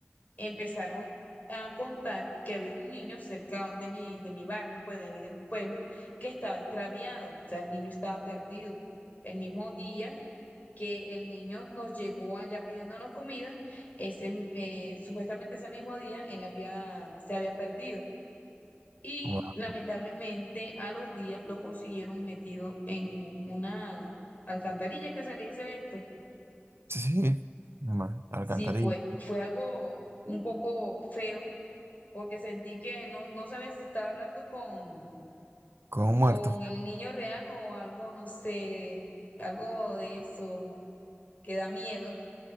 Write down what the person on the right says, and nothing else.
wow.
Sí, sí, una alcantarilla,
con un
muerto.